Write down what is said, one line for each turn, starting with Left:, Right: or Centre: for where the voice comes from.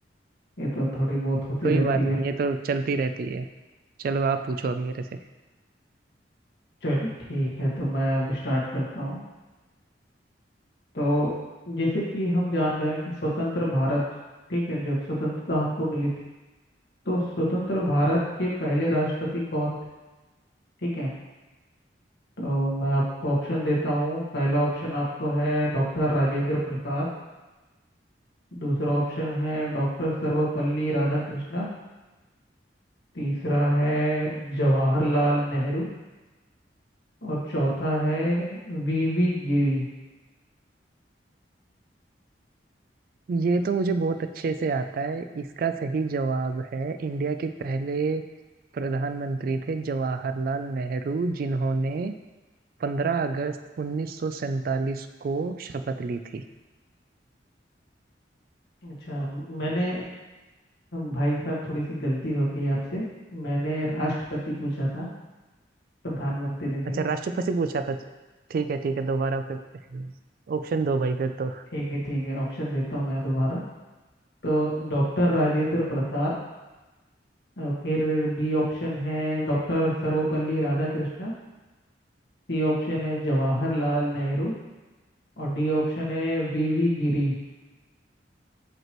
Left: ये तो थोड़ी बहुत होती
Right: कोई
Left: रहती
Right: बात
Left: है
Right: नहीं ये तो चलती रहती है चलो आप पूछो अब मेरे से
Left: चलो ठीक है तो मैं अब स्टार्ट करता हूँ तो जैसे कि हम जान रहे हैं कि स्वतंत्र भारत ठीक है जब स्वतंत्रता हमको मिली थी तो स्वतंत्र भारत के पहले राष्ट्रपति कौन थे ठीक है तो मैं आपको ऑप्शन देता हूँ पहला ऑप्शन आपको है डॉक्टर राजेंद्र प्रसाद दूसरा ऑप्शन है डॉक्टर सर्वपल्ली राधाकृष्णा तीसरा है जवाहरलाल नेहरू और चौथा है वीवी गिरी
Right: ये तो मुझे बहुत अच्छे से आता है इसका सही जवाब है इंडिया के पहले प्रधानमंत्री थे जवाहरलाल नेहरू जिन्होंने 15 अगस्त 1947 को शपथ ली थी
Left: अच्छा मैंने भाई साहब थोड़ी सी गलती हो गई आपसे मैंने राष्ट्रपति पूछा था प्रधानमंत्री नहीं
Right: अच्छा राष्ट्रपति पूछा था ठीक है ठीक है दोबारा फिर ऑप्शन दो भाई फिर तो
Left: ठीक है ठीक है ऑप्शन देता हूँ मैं दोबारा तो डॉक्टर राजेंद्र प्रसाद अ, फिर बी ऑप्शन है डॉक्टर सर्वपल्ली राधाकृष्णन C option है जवाहरलाल नेहरू और डी ऑप्शन है वीवी गिरी